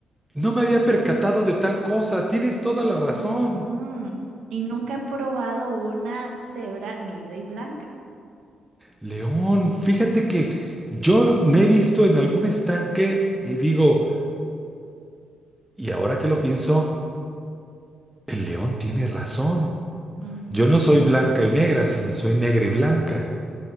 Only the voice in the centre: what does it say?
No me había percatado de tal cosa. Tienes toda la razón.
León, fíjate que yo me he visto en algún estanque y digo, y ahora que lo pienso, el león tiene razón.
Yo no soy blanca y negra, sino soy negra y blanca.